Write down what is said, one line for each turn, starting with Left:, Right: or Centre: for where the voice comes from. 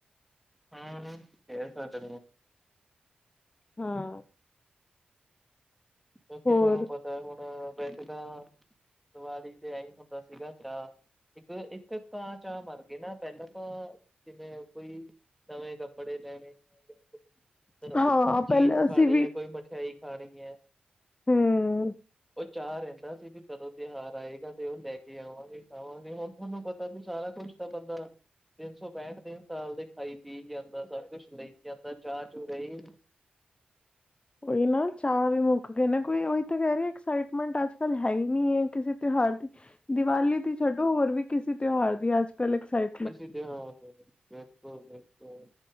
Centre: ਹਮ ਇਹ ਸਾਡੇ
Left: ਹਾਂ
Centre: ਕਿਉਕਿ
Left: ਹੋਰ
Centre: ਤੁਹਾਨੂੰ ਪਤਾ ਹੁਣ ਵੈਸੇ ਤਾਂ ਦਿਵਾਲੀ ਤੇ ਆਈ ਹੀ ਹੁੰਦਾ ਸੀਗਾ ਚ ਇੱਕ ਇੱਕ ਤਾਂ ਚਾਹ ਮਰ ਗਏ ਨਾ ਪਹਿਲਾਂ ਤਾਂ ਜਿਵੇਂ ਕੋਈ ਨਵੇਂ ਕੱਪੜੇ ਲੈਣੇ ਫਿਰ
Left: ਹਾਂ
Centre: ਚੀਜ਼
Left: ਪਹਿਲੇ ਅਸੀਂ
Centre: ਖਾਣੀ
Left: ਵੀ
Centre: ਆ ਕੋਈ ਮਠਿਆਈ ਖਾਣੀ ਏ
Left: ਹਮ
Centre: ਉਹ ਚਾਹ ਰਹਿੰਦਾ ਸੀ ਵੀ ਕਦੋਂ ਤਿਉਹਾਰ ਆਏਗਾ ਤੇ ਉਹ ਲੈ ਕੇ ਆਵਾਂਗੇ ਖਾਵਾਂਗੇ ਹੁਣ ਤੁਹਾਨੂੰ ਪਤਾ ਵੀ ਸਾਰਾ ਕੁਛ ਹੁਣ ਤਾਂ ਬੰਦਾ ਤਿੰਨ ਸੌ ਪੈਂਹਠ ਦਿਨ ਸਾਲ ਦੇ ਖਾਈ ਪੀ ਜਾਂਦਾ ਸਭ ਕੁਛ ਲਈ ਜਾਂਦਾ ਚਾਅ- ਚੂ ਰਹੀ ਨੀ
Left: ਉਹੀ ਨਾ ਚਾਹ ਵੀ ਮੁੱਕ ਗਏ ਨਾ ਕੋਈ ਉਹੀ ਤਾਂ ਕਹਿ ਰਹੀ ਐਕਸਾਈਟਮੈਂਟ ਅੱਜ ਕੱਲ ਹੈ ਹੀ ਨਹੀਂ ਹੈ। ਕਿਸੇ ਤਿਉਹਾਰ ਦੀ ਦੀਵਾਲੀ ਦੀ ਛੱਡੋ ਹੋਰ ਵੀ ਕਿਸੇ ਤਿਉਹਾਰ ਦੀ ਅੱਜ ਕੱਲ ਐਕਸਾਈ
Centre: ਕਿਸੇ ਤਿਉਹਾਰ ਦੀ ਬਿਲਕੁਲ- ਬਿਲਕੁਲ